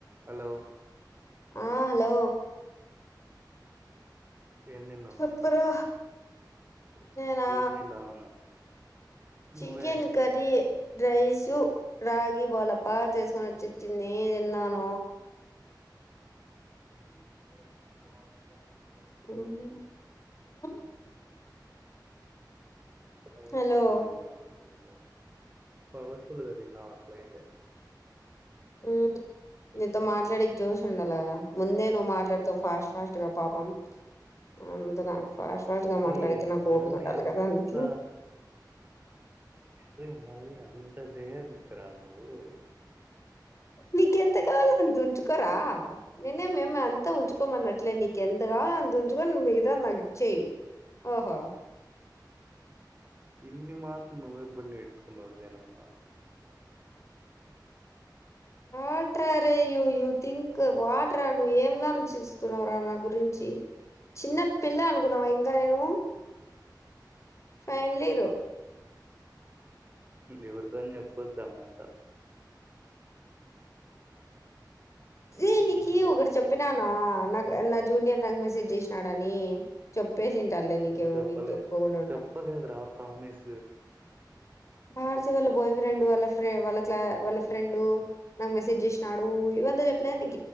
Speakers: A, on the right; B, on the left.
A: Hello
B: ఆ hello
A: ఏం తిన్నావ్
B: చేప్పురా నేనా
A: ఏం తిన్నావన్న నువ్వే
B: చికెన్ కరీ రైసు రాగి బోలప్ప చేసుకోనిచ్చిచ్చింది నేనే తిన్నాను
A: <unintelligible>
B: హ్మ్
A: పవర్ఫుల్గా
B: హలో
A: తిన్నావట్లయితే పవర్ఫుల్గా తిన్నావ్ అట్లయితే
B: హ్మ్మ్ నీతో మాట్లాడెక్ జొష్ ఉండాలి కదా ముందే నువ్వు మాట్లాడుతావ్ ఫాస్ట్ ఫాస్ట్ గా పాపం అంత నాకు ఫాస్ట్ ఫాస్ట్ గా
A: రే
B: మాట్లాడితే నాకు ఓపిగా
A: మళ్ళీ
B: ఉండాలి
A: అంత
B: కదా అందుకే
A: రే మళ్ళీ అంత చేయద్దరా నువ్వు
B: నీకెంత కావాలో అంత ఉంచుకోరా నేనేమే అంత ఉంచుకోమనట్లే నీక్ ఎంత కావాలో అంతా ఉం ఉంచుకొని మిగతాది నాకిచ్చేయి ఓహా
A: ఇన్ని మాట్లు నువ్వు ఎప్పుడు నేడ్చుకున్నావ్ జేనమ్మా
B: వాట రా రే యూ థింక్ వాట్రా నువ్ ఏం రా ఆలోచిస్తున్నావరా నా గురించి చిన్న పిల్ల అనుకున్నావా ఇంకా నేను ఫైనల్ ఇయరూ
A: ఎవడితోన్ చెప్పొద్ద్ ఆ మాట
B: రేయి
A: ఉహు.
B: నీకి ఒకటి చెప్పినాన నాక్ నా జూనియర్ నాక్ మెసేజ్ చేసినాడని చెప్ ప్పేసింటానులే నీకు ఏవో
A: చెప్పలే
B: చెప్పకుండా ఉంటానా
A: చెప్పలేదురా ప్రామిస్
B: ఆర్సీ వాళ్ళ బాయ్ ఫ్రెండ్ వాళ్ళ ఫ్ర వాళ్ళ క్లా వాళ్ళ ఫ్రెండు నాకు మెసేజ్ చేసినాడు ఇవంతా చెప్పలేదా నిక్